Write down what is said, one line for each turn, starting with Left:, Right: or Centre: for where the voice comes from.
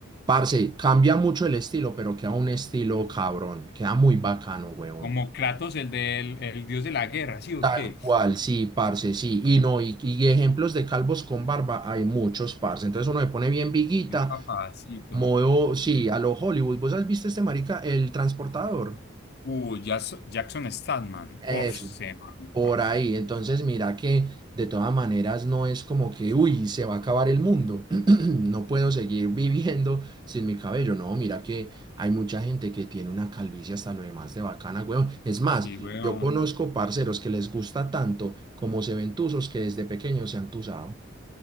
Right: parce, cambia mucho el estilo, pero queda un estilo cabrón, queda muy bacano, huevón.
Left: como Kratos, el del el dios de la guerra, ¿sí o
Right: Tal
Left: qué?
Right: cual, sí, parce, sí. Y no, y, y ejemplos de calvos con barba hay muchos, parce. Entonces uno se pone bien viguita,
Left: El papacito.
Right: modo, sí,
Left: Mm.
Right: a lo Hollywood. ¿Vos has visto este marica, el transportador?
Left: Uh, Jas- Jackson Statman.
Right: Eso.
Left: Uf, se man,
Right: Por
Left: parce.
Right: ahí, entonces mira que de todas maneras no es como que, uy, se va a acabar el mundo, <clears throat> no puedo seguir viviendo sin mi cabello, no, mira que hay mucha gente que tiene una calvicie hasta lo demás de bacana, weón. Es más,
Left: Sí, weón.
Right: yo conozco parceros que les gusta tanto como se ven tuzos que desde pequeños se han tuzado.